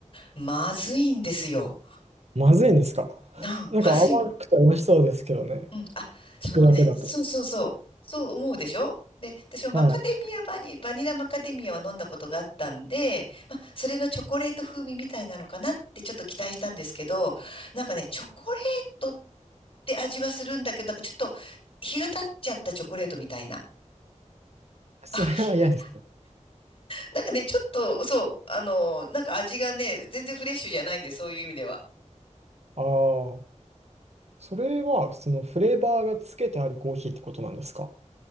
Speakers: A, on the left (about 45°); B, on the right (about 60°).
A: まずいんですよ。
B: まずいんですか <laughs>
A: なあ、
B: なんか甘くて美味しそうですけどね。
A: まずいの。うん。あ、
B: 聞くだけだと。
A: そのね、そうそうそう。そう思うでしょで、私もマカデミアバニ、
B: はい。
A: バニラマカデミアは飲んだことがあったんで、まあ、それのチョコレート風味みたいなのかなってちょっと期待したんですけど、なんかね、チョコレートって味はするんだけど、なんかちょっと日が経っちゃったチョコレートみたいな。
B: <laughs> それは嫌ですね。
A: あなんかね、ちょっと、そう、あの、なんか味がね、全然フレッシュじゃないんで、そういう意味では。
B: ああ、それは、そのフレーバーがつけてあるコーヒーってことなんですか